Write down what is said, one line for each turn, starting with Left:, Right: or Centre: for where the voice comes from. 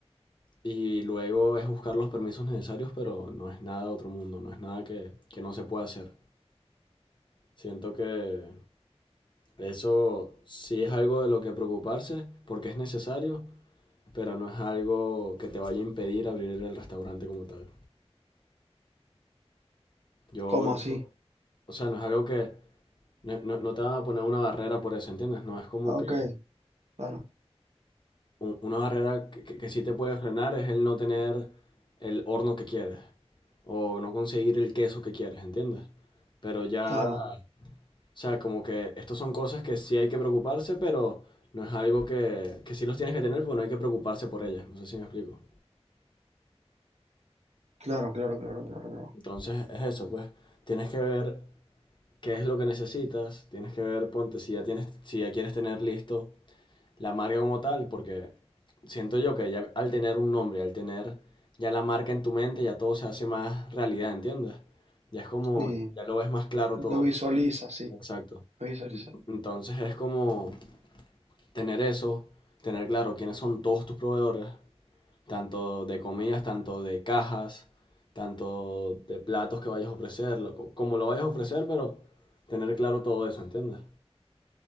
Left: Y luego es buscar los permisos necesarios, pero no es nada de otro mundo, no es nada que, que no se pueda hacer. Siento que eso sí es algo de lo que preocuparse, porque es necesario, pero no es algo que te vaya a impedir abrir el restaurante como tal. Yo,
Right: ¿Cómo así?
Left: o sea, no es algo que, no, no- no te van a poner una barrera por eso, ¿entiendes? No es como
Right: Ah,
Left: que
Right: Ok, claro,
Left: u- una barrera que, que- que sí te puede frenar es el no tener el horno que quieres o no conseguir el queso que quieres, ¿entiendes? Pero ya,
Right: claro,
Left: o sea, como que estas son cosas que sí hay que preocuparse, pero no es algo que, que sí los tienes que tener, pero no hay que preocuparse por ellas, no sé si me explico.
Right: claro, claro, claro, claro. claro.
Left: Entonces es eso, pues tienes que ver qué es lo que necesitas, tienes que ver, ponte, si ya tienes, si ya quieres tener listo. la marca como tal, porque siento yo que ya al tener un nombre, al tener ya la marca en tu mente, ya todo se hace más realidad, ¿entiendes? Ya es como,
Right: Sí,
Left: ya lo ves más claro
Right: lo
Left: todo.
Right: visualiza, sí,
Left: Exacto.
Right: lo visualiza.
Left: Entonces es como tener eso, tener claro quiénes son todos tus proveedores, tanto de comidas, tanto de cajas, tanto de platos que vayas a ofrecer, loco, como lo vayas a ofrecer, pero tener claro todo eso, ¿entiendes?